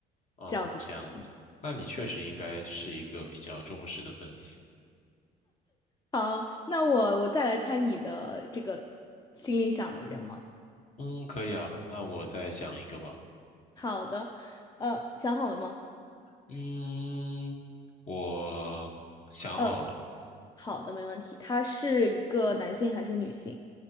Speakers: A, on the left; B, on the left.
A: 哦，
B: 这样子听。
A: 这样子，那你确实应该是一个比较忠实的粉丝。
B: 对，好，那我我再来猜你的这个心里想的人吗？
A: 嗯，可以啊，那我再想一个吧。
B: 好的，呃，想好了吗？
A: 嗯，我想好了，
B: 嗯，好的，没问题。他是一个男性还是女性？